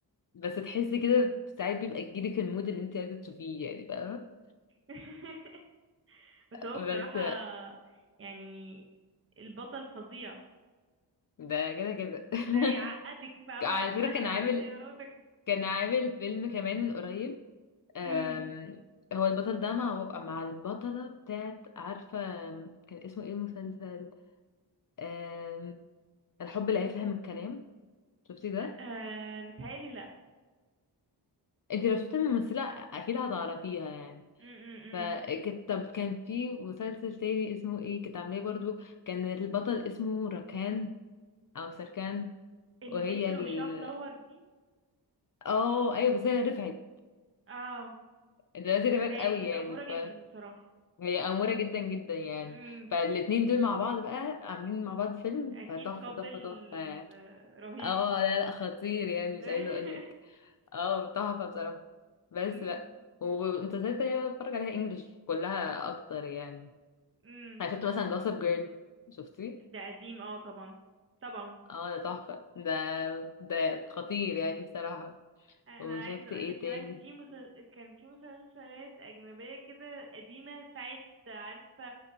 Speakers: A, on the left; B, on the right.
A: بس تحسي كده ساعات بيبقى يجيلك المود اللي انت عايزة تشوفيه يعني فاهمة
B: <laughs> بس هو
A: بس
B: بصراحة يعني البطل فظيع
A: ده كده كده
B: ده يعقدك
A: <laughs>
B: فاهمة
A: على
B: يعقدك
A: فكرة كان عامل
B: في اختياراتك
A: كان عامل فيلم كمان من قريب أم...
B: امم
A: هو البطل ده مع مع البطلة بتاعت عارفة كان اسمه ايه المسلسل أم... الحب لا يفهم الكلام شفتي ده
B: آه آه، متهيألي لأ
A: انت لو شفتي الممثلة اكيد هتعرفيها يعني
B: امم
A: فكنت طب كان في مسلسل تاني اسمه ايه كنت عاملاه برضو كان البطل اسمه ركان او سركان
B: البنت
A: وهي
B: اللي
A: ال
B: وشها مدور دي
A: اه ايوه بس هي رفعت
B: اه
A: دلوقتي رفعت
B: بس هي
A: قوي
B: كانت
A: يعني
B: أمورة جدا بصراحة
A: فهي أمورة جدا جدا يعني
B: امم
A: فالاتنين دول مع بعض بقى عاملين مع بعض فيلم
B: أكيد
A: فتحفة
B: قابل
A: تحفة تحفة يعني.
B: آه، رهيب
A: اه لا لا خطير يعني
B: <laughs>
A: مش عايزة اقولك اه تحفة بصراحة بس
B: امم
A: بقى ومسلسلات تانية بقى بتفرج عليها انجلش كلها اكتر يعني
B: أمم.
A: انا شفت مثلا جوسب جيرل شفتيه
B: ده قديم اه طبعا طبعا
A: اه ده تحفة ده ده خطير يعني بصراحة
B: انا
A: وشفت
B: عايزه اقول
A: ايه
B: لك
A: تاني
B: كمان في مسل... كان في مسلسلات اجنبيه كده قديمه ساعه عارفه